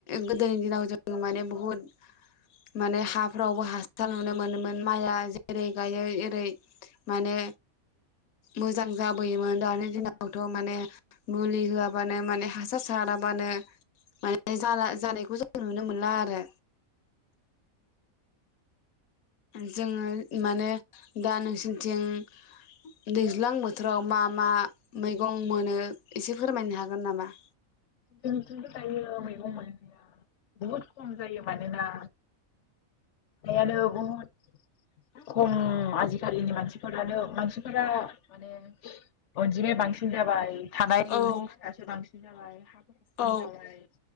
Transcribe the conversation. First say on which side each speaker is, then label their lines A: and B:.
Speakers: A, on the left (about 80°); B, on the left (about 65°).
A: गोदोनि दिनाव जों माने बुहुद माने हाफ्रावबो हासार नुनो मोनोमोन माइआ जेरै गायो एओरै माने मोजां जाबोयोमोन दानि दिनावथ'
B: औ
A: माने मुलि होआबानो माने हासार साराबानो माने जानायखौ जों नुनो मोनला आरो। जोङो माने दा नोंसोरनिथिं दैज्लां बोथोराव मा मा मैगं मोनो एसे फोरमायनो हागोन नामा?
B: जोंनिथिंबो दायो मैगं मोनलिया बहुत खम जायो मानोना हायानो बहुद खम आजिखालिनि मानसिफोरानो मानसिफोरा माने अनजिमाया बांसिन जाबाय थानाय
A: औ
B: न'स्थायायासो बांसिन जाबाय खम
A: औ
B: जाबाय